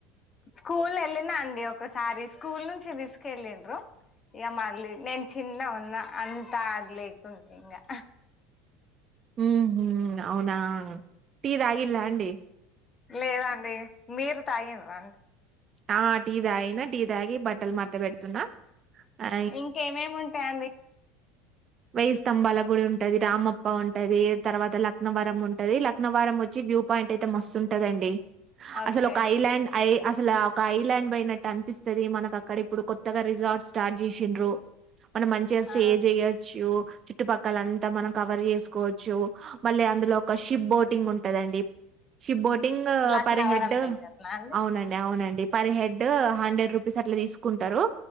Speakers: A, on the left; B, on the right.
A: స్కూల్ వెళ్ళినా అందిడి ఒకసారి స్కూల్ నుంచి రిస్క్ వెళ్ళండ్రు ఇ మాగలీ నేను చిన్న ఉన్న అంతా అగలేకుంటే ఇకా
B: హ హ అవునా టీటీదగిలా అండి
A: లేదండి మీరు తాయి రం
B: ఆ టీ తాగిన టీ తాగి బట్టలు మాత్త పెడుతున్నా ఆ
A: ఇంకేమేమి ఉంటాయి అందిడి
B: వయయి స్తంభాల గుడి ఉంటది రామప్ప ఉంటది తర్వాత లక్నవరం ఉంటది లక్నవరం వచ్చి వ్యూ పాయింట్ అయితే మస్తుంటదండి
A: ఓకే
B: అసలు ఒక ఐలాండ్ ఐ అసలు ఒక ఐలాండ్ పోయినట్టు అనిపిస్తుంది మనకు అక్కడ ఇప్పుడు కొత్తగా రిజార్ట్ స్టార్ట్ చేసిండ్రు మనం మంచిగా స్టే
A: ఆ
B: చేయొచ్చు చుట్టుపక్కల అంతా మనం కవర్ చేసుకోవచ్చు మళ్ళీ అందులో ఒక షిప్ బోటింగ్ ఉంటదండి ship boating
A: Laknavaram
B: per head
A: దగ్గరనా అండి
B: అవునండి అవునండి పర్ హెడ్ హండ్రెడ్ రూ అట్లా తీసుకుంటారు